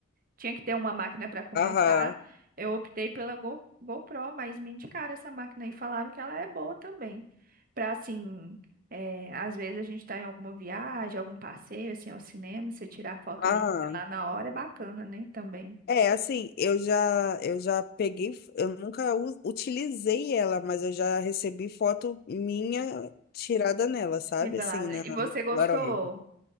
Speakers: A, on the right (about 45°); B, on the left (about 50°).
A: tinha que ter uma máquina para começar.
B: Aham.
A: Eu optei pela Go- GoPro, mas me indicaram essa máquina e falaram que ela é boa também. Para assim, é, às vezes a gente está em alguma viagem, algum passeio, assim, ao cinema, você tirar foto
B: Aham.
A: ali lá na hora é bacana, né? Também.
B: É, assim, eu já, eu já peguei, eu nunca u- utilizei ela, mas eu já recebi foto minha tirada nela, sabe?
A: Revelar.
B: Assim, na
A: E você
B: no
A: gostou?
B: Polaroid.